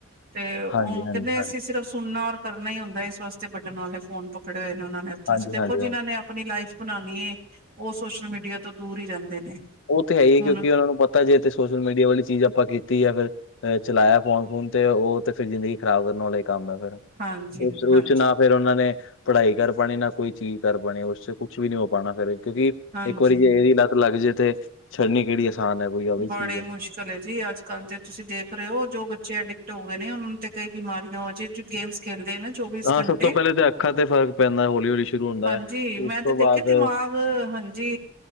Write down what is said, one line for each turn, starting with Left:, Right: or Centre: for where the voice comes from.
Right: ਤੇ
Left: ਹਾਂਜੀ
Right: ਉਹ
Left: ਹਾਂਜੀ
Right: ਕਹਿੰਦੇ
Left: ਹਾਂਜੀ
Right: ਅਸੀਂ ਸਿਰਫ ਸੁਣਨਾ ਕਰਨਾ ਹੀ ਹੁੰਦਾ ਇਸ ਵਾਸਤੇ ਬਟਨ ਵਾਲੇ ਫੋਨ ਪਕੜੇ ਹੋਏ ਨੇ ਉਹਨਾਂ ਨੇ ਹੱਥਾਂ
Left: ਹਾਂਜੀ
Right: ਚ ਦੇਖੋ
Left: ਹਾਂਜੀ ਹਾਂਜੀ
Right: ਜਿਨ੍ਹਾਂ ਨੇ ਆਪਣੀ ਲਾਈਫ਼ ਬਣਾਉਂਣੀ ਹੈ। ਉਹ ਸੋਸ਼ਲ ਮੀਡੀਆ ਤੋਂ ਦੂਰ ਹੀ ਰਹਿੰਦੇ ਨੇ।
Left: ਉਹ ਤੇ ਹੈ ਹੀ
Right: ਹੁਣ
Left: ਕਿਉਂਕਿ ਉਹਨਾਂ ਨੂੰ ਪਤਾ ਜੇ ਇਥੇ ਸੋਸ਼ਲ ਮੀਡੀਆ ਵਾਲੀ ਚੀਜ਼ ਆਪਾਂ ਕੀਤੀ ਜਾਂ ਫਿਰ ਅ ਚਲਾਇਆ ਫੋਨ ਤੇ ਉਹ ਤੇ ਫਿਰ ਜ਼ਿੰਦਗੀ ਖ਼ਰਾਬ ਕਰਨ ਵਾਲੇ ਹੀ ਕੰਮ ਆ ਫਿਰ
Right: ਹਾਂਜੀ
Left: ਉਸ
Right: ਹਾਂਜੀ
Left: ਚ ਫੇਰ ਉਹਨਾਂ ਨੇ। ਪੜ੍ਹਾਈ ਕਰ ਪਾਉਣੀ ਨਾ ਕੋਈ ਚੀਜ਼ ਕਰ ਪਾਉਣੀ ਉਸ ਚ ਕੁਛ ਵੀ ਨਹੀਂ ਹੋ ਪਾਉਣਾ ਫਿਰ ਕਿਉਂਕਿ
Right: ਹਾਂਜੀ
Left: ਇੱਕ ਵਾਰੀ ਜੇ ਇਹਦੀ ਲਤ ਲੱਤ ਲੱਗ ਜੇ ਤੇ ਛੱਡਨੀ ਕਿਹੜੀ ਆਸਾਨ ਹੈ। ਕੋਈ ਆ ਵੀ
Right: ਬੜੀ
Left: ਚੀਜ਼ ਹੈ।
Right: ਮੁਸ਼ਕਿਲ ਜੀ ਅੱਜ ਕੱਲ ਤੇ ਤੁਸੀਂ ਦੇਖ ਰਹੇ ਹੋ ਜੋ ਬੱਚੇ ਅਡਿਕਟ ਹੋ ਗਏ ਨੇ ਉਹਨਾਂ ਨੂੰ ਤੇ ਕਈ ਬਿਮਾਰੀਆਂ ਹੋ ਜਹੀ। ਗੇਮਸ ਖੇਲਦੇ ਨਾ ਚੌਵੀਸ
Left: ਹਾਂ,
Right: ਘੰਟੇ।
Left: ਸਭ ਤੋਂ ਪਹਿਲੇ ਤਾਂ ਅੱਖਾਂ ਤੇ ਫ਼ਰਕ ਪੈਂਦਾ ਹੌਲੀ-ਹੌਲੀ ਸ਼ੁਰੂ ਹੁੰਦਾ
Right: ਹਾਂਜੀ
Left: ਹੈ, ਉਸ
Right: ਮੈਂ
Left: ਤੋਂ
Right: ਤੇ ਦੇਖੇ
Left: ਬਾਅਦ
Right: ਦਿਮਾਗ। ਹਾਂਜੀ